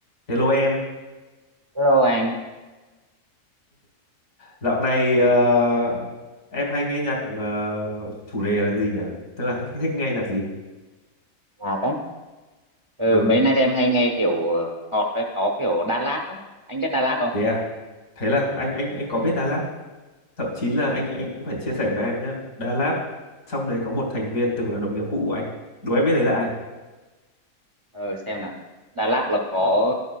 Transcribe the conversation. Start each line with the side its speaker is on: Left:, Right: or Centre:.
Left: Hello em,
Right: Hello anh,
Left: dạo này
Right: Ừ,
Left: ờ, em hay nghe nhạc ờ, chủ đề là gì nhỉ? Tức là thích, thích nghe nhạc gì?
Right: ngọt á. Ừ,
Left: Ừ,
Right: mấy nay em hay nghe kiểu ờ, ngọt với có kiểu Đà Lạt á. Anh biết Đà Lạt không?
Left: thế à? Thế là anh anh anh có biết Đà Lạt, thậm chí là
Right: Ồ.
Left: anh anh cũng phải chia sẻ với em nhé. Đà Lạt trong đấy có một thành viên từng là đồng nghiệp cũ của anh. Đố em biết đấy là ai?
Right: Ừ. Ờ, xem nào. Đà Lạt là có